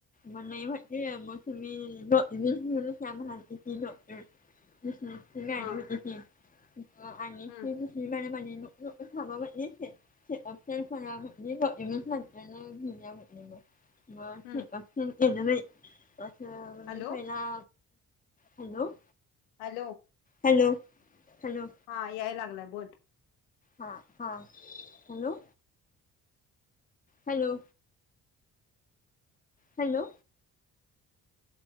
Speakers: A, on the left (about 20°); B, on the left (about 70°).
A: मण म्हटली मोसमी जषण श्यामनाती ती ॉक्टरषण गाणी
B: हा
A: होतीी आणि शकृष्बाण्याबाणी
B: हम्म
A: लोक थाबा बनलेच रा म्ह ग म्ह ग
B: हम्म
A: ठी एन नाही दं
B: हॅलो
A: मफ ना हॅलो!
B: हॅलो!
A: हॅलो? हॅलो
B: हा याय लागलाय बोल.
A: हा हा, hello hello hello